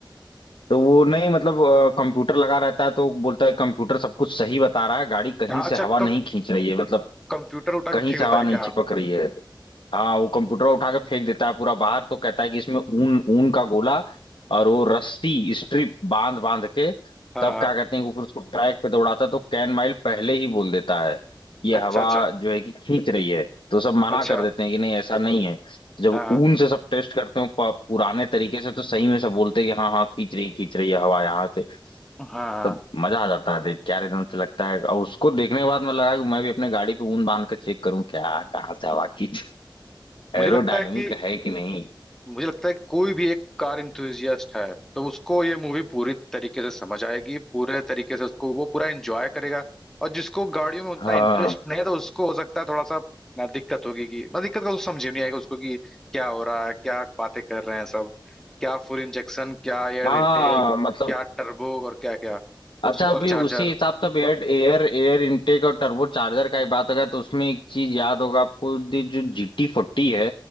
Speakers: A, on the left; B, in the centre.
A: तो वो नहीं मतलब कंप्यूटर लगा रहता है तो वो बोलता है कंप्यूटर सब कुछ सही बता रहा है गाड़ी कहीं
B: हाँ अच्छा
A: से हवा
B: कम
A: नहीं खींच रही है मतलब
B: कंप्यूटर उठा
A: कहीं
B: के फेंक
A: से
B: देता
A: हवा
B: है
A: नहीं
B: क्या हाँ
A: चिपक रही है हाँ वो कंप्यूटर उठा के फेंक देता है पूरा बाहर तो कहता है कि इसमें ऊन ऊन का गोला और वो रस्सी स्ट्रिप बांध बांध के
B: हाँ
A: तब
B: हाँ
A: क्या कहते हैं कि फिर उसको ट्रैक पे दौड़ाता है तो कैन माइल पहले ही बोल देता है कि ये
B: अच्छा
A: हवा
B: अच्छा
A: जो है कि खींच रही है तो सब मना
B: अच्छा
A: कर देते हैं कि नहीं ऐसा नहीं है जब
B: हाँ
A: ऊन से सब टेस्ट करते हो प- पुराने तरीके से तो सही में सब बोलते हैं कि हाँ हाँ खींच रही खींच रही है हवा यहाँ से
B: हाँ
A: तब मजा आ जाता है देख क्या एकदम से लगता है और उसको देखने के बाद मैं लगा कि मैं भी अपने गाड़ी पे ऊन बांध कर चेक करूँ क्या कहाँ से हवा खींच
B: मुझे
A: एरोडायनेमिक
B: लगता है कि
A: है कि नहीं
B: मुझे लगता है कि कोई भी एक कार इंथुजियास्ट है तो उसको ये मूवी पूरी तरीके से समझ आएगी पूरे तरीके से उसको वो पूरा एंजॉय करेगा और जिसको गाड़ियों में उतना
A: हाँ
B: इंटरेस्ट नहीं है तो उसको हो सकता है थोड़ा सा ना दिक्कत होगी कि ना दिक्कत का उसको समझ ही नहीं आएगा उसको कि क्या हो रहा है क्या बातें कर रहे हैं सब क्या फुल इंजेक्शन क्या एयर
A: हाँ
B: इनटेक
A: मतलब
B: क्या टर्बो और क्या क्या
A: अच्छा
B: सुपर
A: अभी
B: चार्जर
A: उसी हिसाब से एयर एयर एयर इनटेक और टर्बो चार्जर का ही बात अगर तो उसमें एक चीज याद होगा आपको ये जो जी टी फोर्टी है